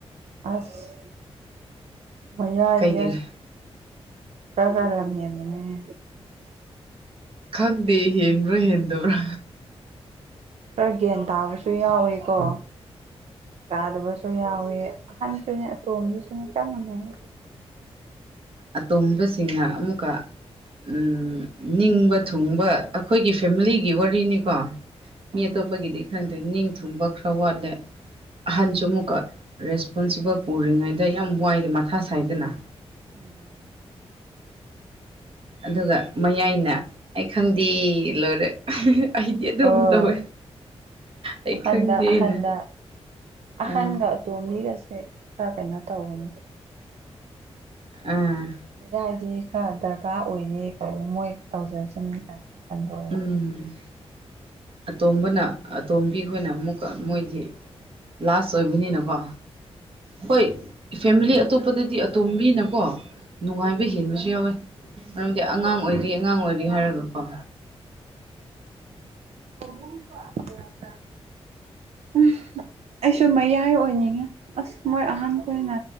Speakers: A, on the right; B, on the right.
A: ꯑꯁ ꯃꯥ ꯑꯗ
B: ꯀꯩꯒꯤꯔ
A: ꯑꯁ ꯀ ꯂꯝ ꯌꯥ ꯑꯃꯅꯤꯅꯦ
B: ꯈꯪꯗꯦ ꯍꯦꯟꯕ꯭ꯔ ꯍꯦꯟꯗꯕ꯭ꯔꯥ
A: ꯈꯔ ꯒ꯭ꯟ ꯇꯥꯕꯁꯨ ꯌꯥꯎꯋꯀꯣ ꯇꯥꯗꯕꯁꯨ ꯌꯥꯎꯋꯤ ꯑꯍꯟꯁꯨꯅꯦ ꯑꯇꯣꯝꯕꯤꯁꯨꯅ ꯆꯞ ꯃꯥꯟꯅꯩ
B: ꯑꯇꯣꯝꯕꯁꯤꯡꯅ ꯑꯃꯨꯛꯀ ꯎꯝ ꯅꯤꯡꯕ ꯊꯨꯡꯕ ꯑꯩꯈꯣꯏꯒꯤ ꯐꯦꯃꯤꯂꯤꯒꯤ ꯋꯥꯔꯤꯅꯤꯀꯣ ꯃꯤ
A: ꯎꯝ
B: ꯑꯇꯣꯞꯄꯒꯤꯗꯤ ꯈꯪꯗ꯭ꯔꯦ ꯅꯤꯡ ꯊꯨꯝꯕ ꯈꯔ ꯋꯥꯠꯂꯦ ꯑꯍꯟꯁꯨ ꯑꯃꯨꯛꯀ ꯔꯦꯁꯄꯣꯟꯁꯤꯕꯜ ꯄꯨꯔꯤꯉꯩꯗ ꯌꯥꯝ ꯋꯥꯏꯗꯦ ꯃꯊꯥ ꯁꯥꯏꯗꯅ
A: ꯎꯝ
B: ꯑꯗꯨꯒ ꯃꯌꯥꯏꯅ ꯑꯩ ꯈꯪꯗꯦ ꯂꯣꯏꯔꯦ ꯑꯩꯗꯤ ꯑꯗꯨꯝ
A: ꯑꯣꯏ
B: ꯇꯧꯋꯦ ꯑꯩ
A: ꯑꯍꯟꯗ
B: ꯈꯪꯗꯦꯅ
A: ꯑꯍꯟꯗ ꯑꯍꯟꯒ
B: ꯑꯥ
A: ꯑꯇꯣꯝꯕꯤꯒꯁꯦ ꯈꯔ ꯀꯩꯅꯣ ꯇꯧꯒꯅꯤ
B: ꯑꯥ
A: ꯃ ꯌꯥ ꯍꯥꯏꯗꯤ ꯈꯔ ꯗꯔꯀꯥꯔ ꯑꯣꯏꯔꯦ ꯀꯥꯏꯅ ꯃꯣꯏ ꯇꯧꯖꯔꯁꯅꯤ ꯀꯥꯏꯅ ꯈꯟꯗꯣꯛꯑꯦꯕ
B: ꯎꯝ ꯑꯇꯣꯝꯕꯅ ꯑꯇꯣꯝꯕꯤ ꯈꯈꯣꯏꯅ ꯑꯃꯨꯛꯀ ꯃꯣꯏꯗꯤ ꯂꯥꯁ ꯑꯣꯏꯕꯅꯤꯅꯀꯣ ꯍꯣꯏ ꯐꯦꯃꯤꯂꯤ ꯑꯇꯣꯞꯄꯗꯗꯤ ꯑꯇꯣꯝꯕꯤꯅꯀꯣ ꯅꯨꯡꯉꯥꯏꯕ ꯍꯦꯟꯕꯁꯨ ꯌꯥꯎꯋꯤ ꯃꯔꯝꯗꯤ ꯑꯉꯥꯡ ꯑꯣꯏꯔꯤ ꯑꯉꯥꯡ ꯑꯣꯏꯔꯤ ꯍꯥꯏꯔꯒ ꯀ
A: <unintelligible> ꯑꯩꯁꯨ ꯃꯌꯥꯏ ꯑꯣꯏꯅꯤꯡꯉꯦ ꯑꯁ ꯃꯣꯏ ꯑꯍꯥꯟꯕ ꯀ ꯑꯣꯏꯅ